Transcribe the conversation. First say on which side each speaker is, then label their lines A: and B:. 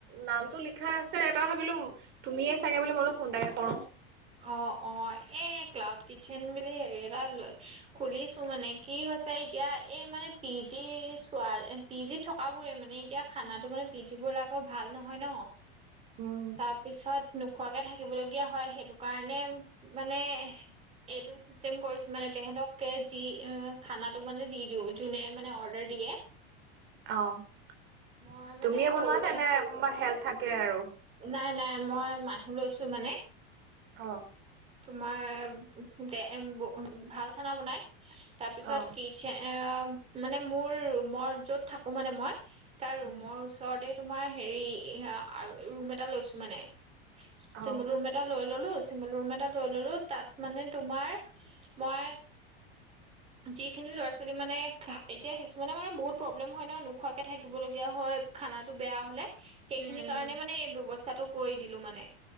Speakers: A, on the right; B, on the right.
A: নামটো লিখি লিখা আছে, তাৰপা ভাবিলো তুমিয়ে চাগে বুলি মই বোলো ফোন এটাকে কৰো।
B: অ' অ' এ ক্লাউড কিটচেন বুলি হেৰি এটা খুলিছো মানে কি হৈছে এতিয়া এই মানে পিজি চোৱা পিজিত থকাবোৰে মানে এতিয়া খানাটো মানে পিজি বিলাকৰ ভাল নহয় ন।
A: উম
B: তাৰ পিছত নোখোৱাকে থাকিবলগীয়া হয়। সেইটো কাৰণে মানে এইটো চিষ্টেম কৰিছো মানে তেহঁতক কে যি খানাটো মানে দি দিও, যোনে মানে অৰ্ডাৰ দিয়ে।
A: অ'
B: মই মানে
A: তুমিয়ে
B: সৰু
A: বনোৱা নে, তোমাৰ হেল্প থাকে আৰু।
B: নাই নাই মই মানুহ লৈছো মানে।
A: অ'।
B: তোমাৰ দে ব ভাল খানা বনাই। তাৰপিছত
A: অ
B: কি চে অ' মানে মোৰ ৰুমৰ য'ত থাকো মানে মই তাৰ ৰুমৰ
A: উম
B: ওচ ওচৰতে তোমাৰ হেৰি আ ৰুম এটা লৈছো মানে, চিংগল
A: অ
B: ৰুম এট টা লৈ ললো, চিংগোল ৰুম এটা লৈ ললো তাত মানে তোমাৰ মই
A: <inaudible>
B: যিখিনি ল'ৰা-ছোৱালী মানে খা এতিয়া কিছুমানে মানে বহুত প্ৰব্লেম হয় ন, নোখোৱাকে থাকিবলগীয়া হয়। খানাটো বেয়া হ'লে, সেইখিনিৰ
A: উম উম
B: কাৰণে মানে এই ব্যৱস্থাটো কৰি দিলো মানে।